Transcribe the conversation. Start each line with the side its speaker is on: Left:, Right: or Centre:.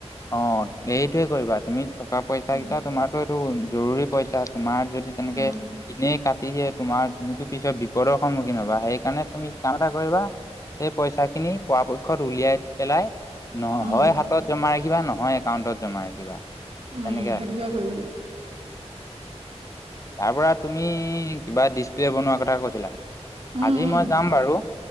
Left: অ', এইটোৱে কৰিবা তুমি থকা পইচাকেইটা
Right: উম
Left: তোমাৰটো এইটো জৰুৰী পইচা তোমাৰ যদি এনেকে
Right: উম
Left: এনে কাটি দিয়ে তোমাৰ তুমিতো পিছত বিপদৰ সন্মুখীন হ'বা। সেইকাৰণে তুমি কাম এটা কৰিবা। সেই পইচাখিনি পৰাপক্ষত উলিয়াই পেলাই ন'
Right: উম
Left: হয় হাতত জমা ৰাখিবা নহয় একাউণ্টত জমা ৰাখিবা,
Right: উম
Left: তেনেকে
Right: সেইটোকে
Left: ৰাখিবা।
Right: কৰিব লাগিব
Left: তাৰপৰা তুমি কিবা ডিচপ্লে বনোৱাৰ কথা কৈছিলা?
Right: উম
Left: আজি
Right: উম
Left: মই যাম বাৰু